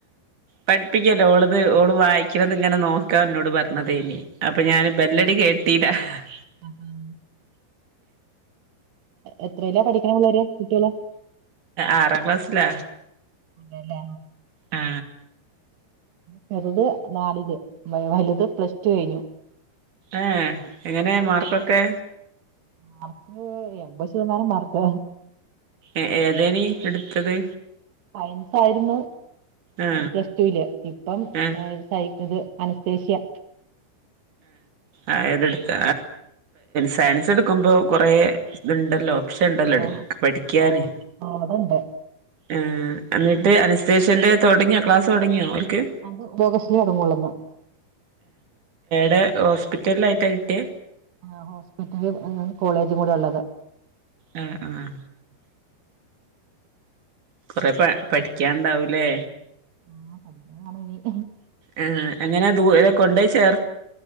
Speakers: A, on the right; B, on the right.
A: പഠി പ്പിക്കല്ല ഓളത് ഓള് വായിക്കുന്നത് ഇങ്ങനെ നോക്കാ എന്നോട് പറഞ്ഞതേനി അപ്പൊ
B: ആ,
A: ഞാൻ ബെല്ലടി കേട്ട് <unintelligible>
B: <unintelligible> എത്രേല പഠിക്കണ് പിള്ളേര് കുട്ടേള്
A: ആറാം ക്ലാസ്സിലാ
B: അതേലേ
A: ആ
B: ചെറുത് നാലില് വലുത് പ്ലസ്ടു കയിഞ്ഞു
A: ഏ എങ്ങനെ മാർക്കൊക്കെ
B: മാർക്ക് എമ്പത് ശതമാനം മാർക്ക്
A: ഏ ഏതേനി എടുത്തത്
B: സയൻസ് ആയിരുന്നു
A: ആ
B: പ്ലസ്ടൂല് ഇപ്പം
A: ആ
B: ടൈപ്പു ഇത് അനസ്തേഷ്യ
A: ആ അതടുത്ത് സയൻസ് എടുക്കുമ്പോ കൊറെ ഇതുണ്ടല്ലോ ഓപ്‌ഷൻ ഇണ്ടല്ലോ
B: ആ
A: പഠിക്കാന്
B: ആ ആ അതുണ്ട്
A: ആ എന്നിട്ട് അനസ്തേഷ്യന്റെ തൊടങ്ങിയോ ക്ലാസ് തൊടങ്ങിയോ ഓൽക്ക്
B: അത് ഓഗസ്റ്റില് തൊടങ്ങൊള്ളോന്ന്
A: ടെ ഹോസ്പിറ്റലായിട്ടാ കിട്ടിയെ
B: ആ ഹോസ്പിറ്റല് കോളേജും കൂടി ഉള്ളത്
A: ആ ആ കൊറെ പ പഠിക്കാണ്ടാവൂലേ
B: ആ പഠിക്ക <unintelligible>
A: ആ എങ്ങനെ ദൂര കൊണ്ടോയി ചേർ